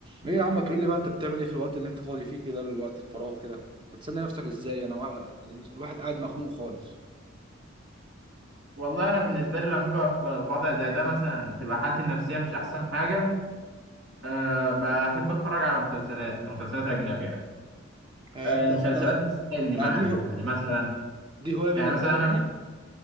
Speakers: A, on the right; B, on the right.
A: ايه يا عم تقول لي بقى انت بتعمل ايه في الوقت اللي انت فاضي فيه كده الوقت الفراغ كده بتسلي نفسك ازاي انا وا- الواحد قاعد مخنوق خالص
B: والله انا بالنسبه لي لما ببقى في في وضع زي ده مثلا تبقى حالتي النفسيه مش احسن حاجه أه بحب اتفرج على مسلسلات مسلسلات اجنبيه يعني
A: يعني
B: أه
A: انت
B: المسلسلات
A: انت اصلا
B: بتسحلني معاها
A: يعني دي
B: يعني مثلا
A: دي هوايه بالنسبه
B: يعني مثلا
A: لك
B: انا
A: يعني